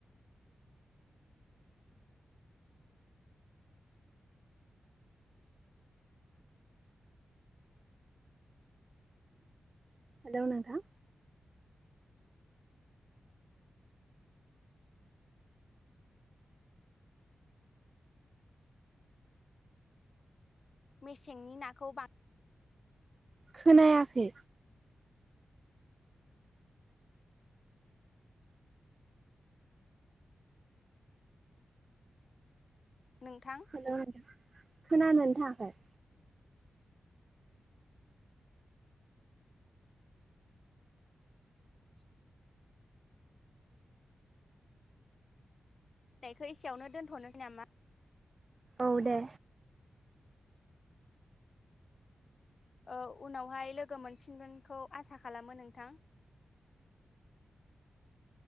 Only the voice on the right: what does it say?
हेलौ नोंथां।
खोनायाखै?
<unintelligible> खोनानो थाङाखै?
औ दे।